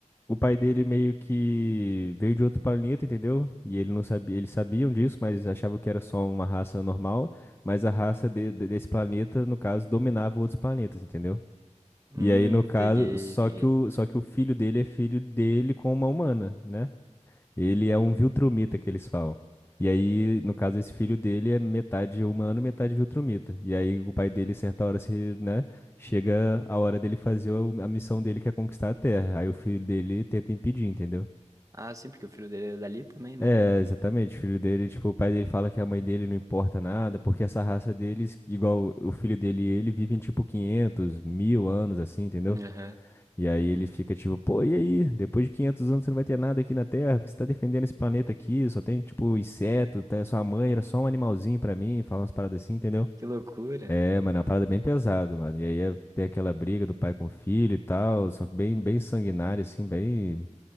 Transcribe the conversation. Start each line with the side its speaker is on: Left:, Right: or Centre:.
Left: o pai dele meio que veio de outro planeta, entendeu? E ele não sabia, eles sabiam disso, mas achavam que era só uma raça normal, mas a raça de- de- desse planeta, no caso, dominava outros planetas, entendeu?
Right: Hum,
Left: E aí, no caso,
Right: peguei,
Left: só
Right: peguei.
Left: que o, só que o filho dele é filho dele com uma humana, né? Ele é um Viltrumita que eles falam. E aí, no caso, esse filho dele é metade humano, metade Viltrumita. E aí o pai dele, certa hora, se, né, chega a hora dele fazer o- a missão dele, que é conquistar a Terra. Aí o filho dele tenta impedir, entendeu?
Right: Ah, sim, porque o filho dele é dali também,
Left: É,
Right: né?
Left: exatamente. O filho dele, tipo, o pai dele fala que a mãe dele não importa nada, porque essa raça deles, igual o filho dele e ele, vivem tipo 500, mil anos, assim, entendeu?
Right: Aham.
Left: E aí ele fica tipo, pô, e aí? Depois de 500 anos você não vai ter nada aqui na Terra, porque você tá defendendo esse planeta aqui, só tem, tipo, inseto, tá? Sua mãe era só um animalzinho pra mim, fala umas paradas assim, entendeu?
Right: Que loucura.
Left: É, mano, é uma parada bem pesada, mano. E aí é, tem aquela briga do pai com o filho e tal, só que bem, bem sanguinária, assim, bem,